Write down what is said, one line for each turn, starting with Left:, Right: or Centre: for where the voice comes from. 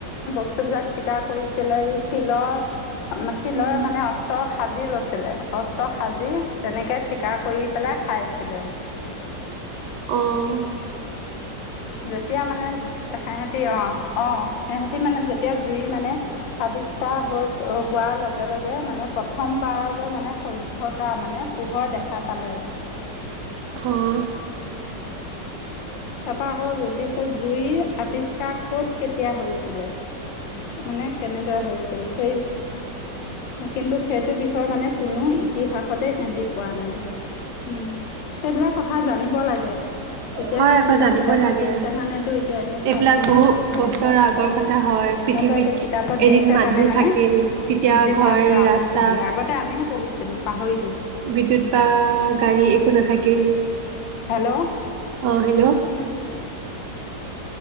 Left: বস্তুবলাক চিকাৰ কৰিছিলে, এই শিলৰ শিলৰ
Right: উম,
Left: মানে অস্ত্ৰ সাজি লৈ ছিলে । অস্ত্ৰ সাজি তেনেকে চিকাৰ কৰি পেলাই খাইছিলে।
Right: অ'।
Left: যেতিয়া মানে সেহেতে অ'- অ', সেহেতে মানে যেতিয়া জুই মানে আৱিষ্কাৰ হৈ- হোৱাৰ লগে - লগে মানে প্ৰথমবাৰলৈ মানে সভ্যতা মানে পোহৰ দেখা পালে।
Right: অ',
Left: তাৰপা আকৌ য- দিছে জুইৰ আৱিষ্কাৰ ক'ত, কেতিয়া হৈছিলে? মানে কেনেদৰে হৈছিল? সেই- কিন্তু সেইটো বিষয়ে মানে কোনো ইতিহাসতে সেন্তি পোৱা নাই। উম, সেইবিলাক কথা জানিব লাগে। এতিয়া
Right: হয়
Left: সে সিহঁতৰ
Right: আকৌ জানিব
Left: কিতাপত
Right: লাগে।
Left: দিছে কাৰণেতো এতিয়া এনেতো
Right: এইবিলাক
Left: আমি পাহৰিলোঁ
Right: বহু বছৰৰ
Left: এইবিলাক কথা।
Right: আগৰ
Left: সিহঁতৰ
Right: হয় পৃথিৱীত
Left: এতিয়া কিতাপত
Right: এদিন
Left: দিছে
Right: মানুহ
Left: কাৰণে মানে
Right: থাকিল তেতিয়া
Left: বুজি
Right: ঘৰ
Left: পাইছোঁ আকৌ
Right: ৰাস্তা
Left: পঢ়ি । আগতে আমিও পঢ়িছিলোঁ পাহৰিলোঁ।
Right: বিদ্যুৎ বা গাড়ী একো নাথাকিল।
Left: হেল্ল'
Right: অ' হেল্ল'?